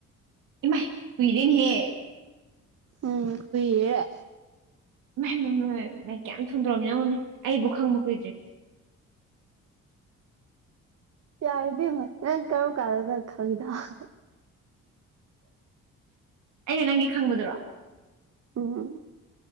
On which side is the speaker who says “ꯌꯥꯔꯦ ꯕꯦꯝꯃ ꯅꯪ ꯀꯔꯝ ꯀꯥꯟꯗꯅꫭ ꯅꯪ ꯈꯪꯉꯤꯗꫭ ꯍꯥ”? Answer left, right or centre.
Right